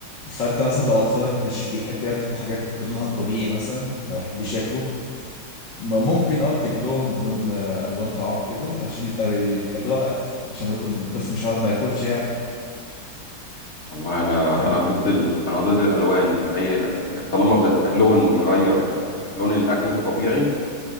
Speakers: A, on the left (about 75°); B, on the left (about 35°).
A: فانت مثلا لو اطفالك مش بيحب ياكلوا حاجات بلونها الطبيعي مثلا ما بيحبوش ياكلوا م- ممكن اه تجيب لهم لون آه، الوان طعام كده عشان يتق- يتقبلوا على الاكل عشان برضه الطفل مش هيقعد ما ياكلش يعني
B: والله انا
A: فاهم
B: انا ضد ال... انا ضد الالوان في اي طالما ب... لون يغير آه، لون الاكل الطبيعي